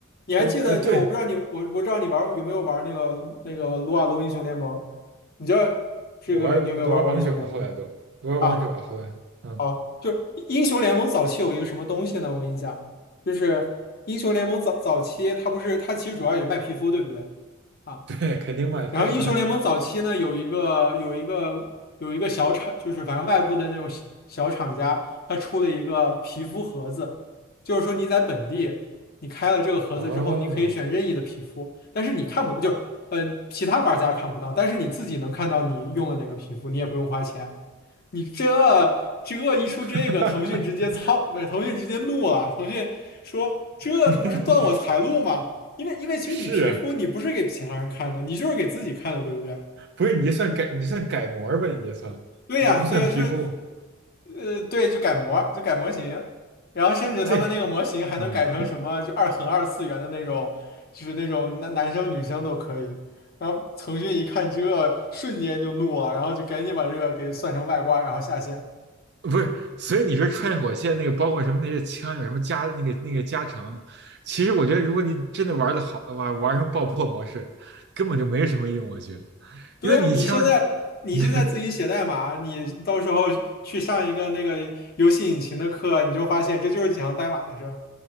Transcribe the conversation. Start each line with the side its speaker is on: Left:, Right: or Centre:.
Left: 你还记得，
Right: 呃呃对，
Left: 就是我不知道你我我不知道你玩儿有没有玩儿那个那个撸啊撸英雄联盟？你知道这个你有没有玩过英雄联盟？
Right: 我玩都玩王者了，后来都都玩王者了，
Left: 啊，
Right: 后来，嗯，
Left: 哦，就是英雄联盟早期有一个什么东西呢？我跟你讲，就是英雄联盟早早期，它不是它其实主要也卖皮肤，对不对啊？
Right: <laughs> 对，肯定卖，他也卖。
Left: 然后英雄联盟早期呢，有一个有一个有一个小厂，就是反正外部的那种小小厂家，它出了一个皮肤盒子，就是说你在本地你开了这个盒子之后，
Right: 哦，
Left: 你可以选任意的皮肤，但是你看不就是嗯、呃其他玩家看不到，但是你自己能看到你用了哪个皮肤，你也不用花钱。你这这一出这个，
Right: <laughs> 哈
Left: 腾讯直接操，不是腾讯直接怒了。腾讯说这不是断我财路吗？
Right: 你你
Left: 因为因为其实你皮肤你不是给其他人看的，
Right: 是啊
Left: 你就是给自己看的，对不对？
Right: 不是你就算改你算改模吧？你就算你就不算皮肤，
Left: 对呀，对呀，就是呃，对，就改模，就改模型，然后甚至他们那个模型还能改成什么，
Right: 这嗯
Left: 就二很二次元的那种，就是那种男男生女生都可以。然后腾讯一看这，瞬间就怒了，然后就赶紧把这个给算成外挂，然后下线。
Right: 不是。所以你说穿越火线那个，包括什么那些枪有什么加那个那个加成，其实我觉得如果你真的玩的好的话，玩成爆破模式根本就没什么用，我觉得，
Left: 对呀，
Right: 因为你枪对
Left: 你现在你现在自己写代码，
Right: <laughs>
Left: 你到时候去上一个那个游戏引擎的课，你就发现这就是几行代码的事儿。